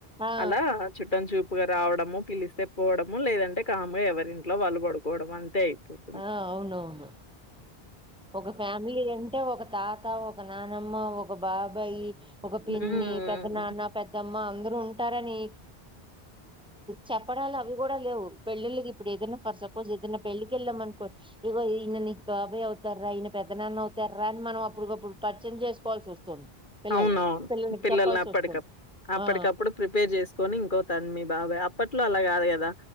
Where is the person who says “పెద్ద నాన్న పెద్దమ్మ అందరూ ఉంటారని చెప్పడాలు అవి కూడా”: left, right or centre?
Centre